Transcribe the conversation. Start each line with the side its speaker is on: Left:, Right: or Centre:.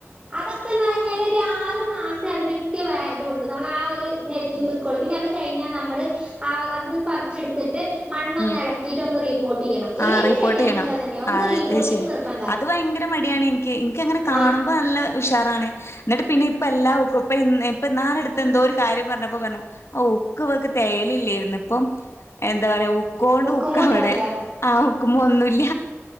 Right: അതൊക്കെന്ന് പറഞ്ഞാല് ഒരു ആറ് മാസം അതിനൊക്കെ വെലി ഇതോള്ളൂ നമ്മള് ആ ഒരു നേരത്തി <unintelligible> പിന്നെ അത് കഴിഞ്ഞാ നമ്മള് ആ അതന്ന് പറിച്ചെടുത്തിട്ട് മണ്ണൊന്ന്
Left: ഉം
Right: ഇളക്കിയിട്ട് ഒന്ന് റീപ്പോർട്ട് ചെയ്യണം
Left: ആ
Right: ഏത്
Left: റിപ്പോർട്ട്
Right: ചെടിയാണെങ്കിലും
Left: ചെയ്യണം
Right: അതന്നെ ഒന്ന്
Left: ആ
Right: റീപ്പോർട്ടിങ്
Left: അത് ശരി
Right: നിർബന്ധ
Left: അത് ഭയങ്കര മടിയാണ് ഇൻക്ക് എനിക്കങ്ങനെ കാണുമ്പോ
Right: ആഹ്
Left: നല്ല ഉഷാറാണ് എന്നിട്ട് പിന്നെ ഇപ്പ എല്ലാഓക്കും ഇപ്പൊന്നാരെ അടുത്ത് എന്തോ ഒരു കാര്യം പറഞ്ഞപ്പോ പറഞ്ഞു ഉക്ക് വക്ക് തേയലില്ലായിര്ന്ന് ഇപ്പം എന്താ പറയാ ഉക്കോണ്ട്
Right: ഒക്കുമ്പോ
Left: ഉക്കാവെടെ
Right: ഒന്നുല്ല
Left: ആ ഉക്കുമേ ഒന്നുല്ല